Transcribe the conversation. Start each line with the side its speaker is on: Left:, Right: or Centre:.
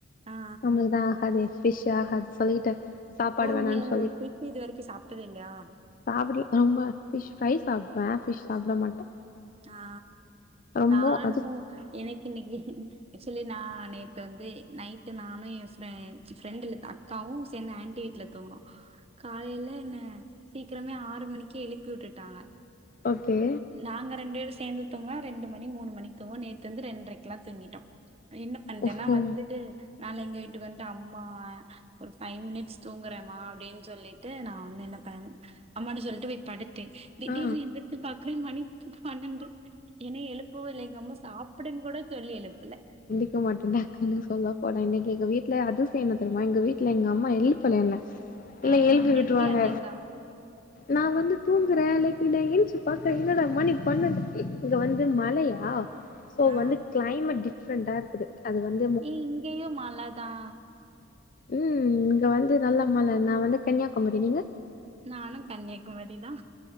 Right: ஆ
Left: நம்மளுக்குதா ஆகாதே. ஃபிஷ் ஆகாது சொல்லிட்டு சாப்பாடு
Right: ஓ
Left: வேணான்னு
Right: நீ
Left: சொல்லி
Right: ஃபிஷ் இது வரைக்கு சாப்ட்டதே இல்லையா?
Left: சாப்பிட்ல, ரொம்ப ஃபிஷ் ஃப்ரை சாப்புடுவே. ஃபிஷ் சாப்பிட மாட்டே
Right: ஆ
Left: ரொம்ப
Right: நானு,
Left: அது
Right: எனக்கு இன்னிக்கு, ஆக்சுலி நா நேத்து வந்து நைட்டு நானு எ ஃப்ரெ ஃப்ரெண்ட் இல்ல தா அக்காவு சேந்து ஆண்டி வீட்டுல தூங்குனோ காலையில என்ன சீக்கிரமே ஆறு மணிக்கே எழுப்பி விட்டுட்டாங்க
Left: ஓகே.
Right: நாங்க ரெண்டு பேரு சேர்ந்து தூங்குனா, ரெண்டு மணி மூணு மணிக்கு தூங்குவோ. நேத்து வந்து ரெண்ட்ரைக்கெல்லா தூங்கிட்டோ என்ன பண்ட்டேன்னா
Left: ஓஹோ
Right: வந்துட்டு நா எங்க வீட்டுக்கு வந்ட்டு அம்மா, ஒரு ஃபைவ் மினிட்ஸ் தூங்குறேமா அப்டின்னு சொல்லிட்டு, நா வந்து என்ன பண்ணேனா அம்மாட்டா சொல்லிட்டு போய் படுத்தே. திடீர்னு
Left: ஆ
Right: எந்திரச்சு பாக்குறே. மணி பண்னெண்டு என்ன எழுப், பவே இல்ல, எங்க அம்மா சாப்புடுன்னு கூட சொல்லி எழுப்புல.
Left: இருக்க மாட்டே டக்குனு சொல்ல போனே இன்னைக்கு எங்க வீட்டுல அதிசய என்ன தெரியுமா? எங்க வீட்டுல எங்க அம்மா எழுப்பல என்ன. இல்ல
Right: ஆ
Left: எழுப்பி விட்ருவாங்க
Right: இங்கயு அதேதா
Left: நா வந்து தூங்குறே லைக் நா ஏன்சு பாக்கறே என்னடா மணி பன்னென்டு இங்க வந்து மழையா யா சோ
Right: ஆ
Left: வந்து கிளைமட் டிஃப்ரெண்டா இருக்குது அது வந்
Right: எ இங்கெயு மழதா
Left: ம் இங்க வந்து நல்ல மழ நா வந்து கன்னியாகுமரி நீங்க
Right: நானு கன்னியாகுமரி தா